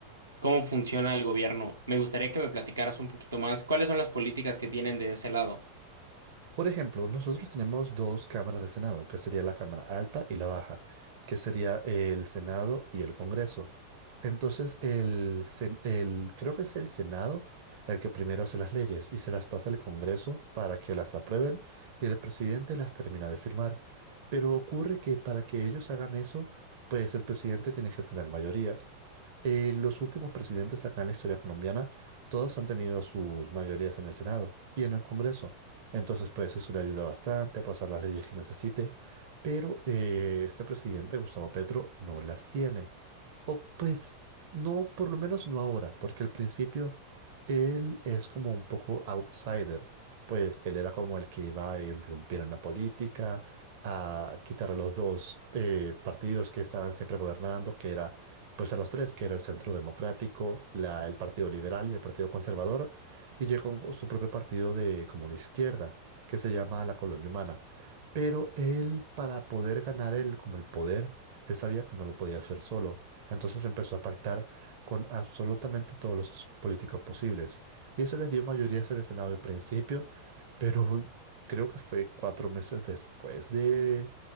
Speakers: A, on the right; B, on the right.
A: cómo funciona el gobierno. Me gustaría que me platicaras un poquito más cuáles son las políticas que tienen de ese lado.
B: Por ejemplo, nosotros tenemos dos cámaras de Senado, que sería la Cámara Alta y la Baja, que sería el Senado y el Congreso. Entonces, el, sen- el- creo que es el Senado el que primero hace las leyes y se las pasa al Congreso para que las aprueben y el presidente las termina de firmar. Pero ocurre que para que ellos hagan eso, pues el presidente tiene que tener mayorías. Eh, los últimos presidentes acá en la historia colombiana, todos han tenido sus mayorías en el Senado y en el Congreso. Entonces, pues eso le ayuda bastante a pasar las leyes que necesite. Pero eh, este presidente, Gustavo Petro, no las tiene. O pues no, por lo menos no ahora, porque al principio él es como un poco outsider, pues él era como el que iba a irrumpir en la política, a quitar a los dos eh, partidos que estaban siempre gobernando, que era, pues a los tres, que era el Centro Democrático, la, el Partido Liberal y el Partido Conservador, y llegó con su propio partido de como de izquierda, que se llama La Colonia Humana. Pero él, para poder ganar el, como el poder, él sabía que no lo podía hacer solo. Entonces empezó a pactar con absolutamente todos los políticos posibles. Y eso les dio mayorías en el Senado al principio, pero <laughs> creo que fue cuatro meses después de,